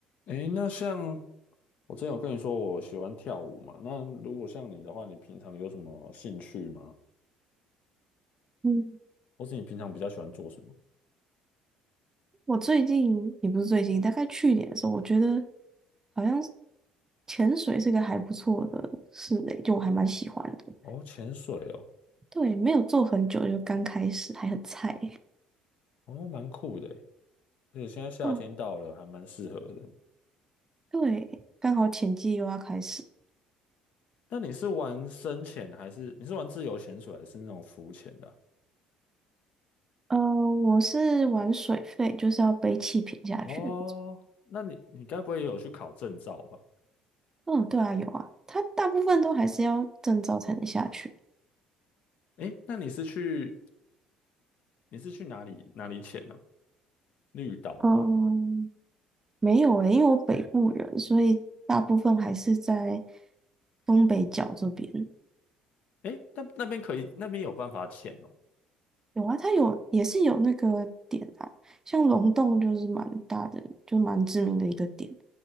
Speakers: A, on the left (about 65°); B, on the right (about 20°).
A: 诶，那像我之前有跟你说我喜欢跳舞嘛，那如果像你的话，你平常有什么兴趣吗？
B: 嗯，
A: 或是你平常比较喜欢做什么？
B: 我最近也不是最近，大概去年的时候，我觉得好像是潜水是个还不错的事诶，就我还蛮喜欢的。
A: 哦，潜水哦，
B: 对，没有做很久，就刚开始，还很菜。
A: 哦，蛮酷的诶而且现在夏天到了，
B: 嗯，
A: 还蛮适合的。
B: 对，刚好潜季又要开始。
A: 那你是玩深潜还是你是玩自由潜水还是那种浮潜的啊
B: 呃，我是玩水肺，就是要背气瓶下去的那种
A: 哦，那你你该不会也有去考证照吧？
B: 嗯，对啊，有啊，它大部分都还是要证照才能下去。
A: 诶，那你是去你是去哪里哪里潜呢、绿岛吗？
B: 嗯，没有诶，因为我北部人，所以大部分还是在东北角这边。
A: 诶，那那边可以，那边有办法潜哦。
B: 有啊，它有也是有那个点啊，像龙洞就是蛮大的，就蛮知名的一个点。